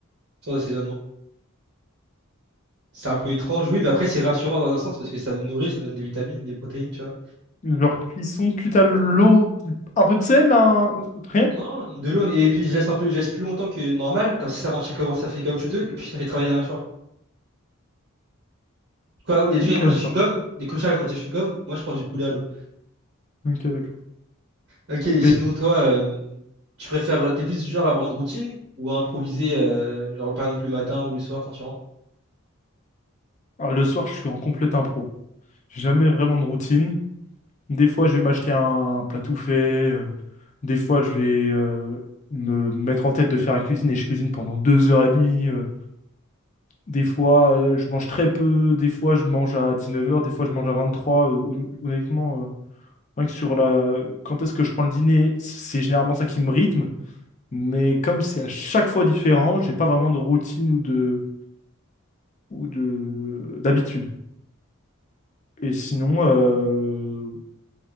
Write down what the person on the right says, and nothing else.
sans assaisonnement. C'est un peu étrange, oui, mais après c'est rassurant dans un sens parce que ça me nourrit, ça me donne des vitamines, des protéines, tu vois.
Non, de l'eau. Et puis je laisse un peu, je laisse plus longtemps que normal, comme ça ça rend comment ça fait caoutchouteux, et puis ça fait travailler la mâchoire. Quoi, les gens
ils mangent
des chewing-gums, des clochards ils mangent des chewing-gums, moi je prends du poulet à l'eau.
Ok, et sinon
toi, euh, tu préfères, euh, t'es plus du genre à avoir une routine ou à improviser, euh, genre par exemple le matin ou le soir quand tu rentres?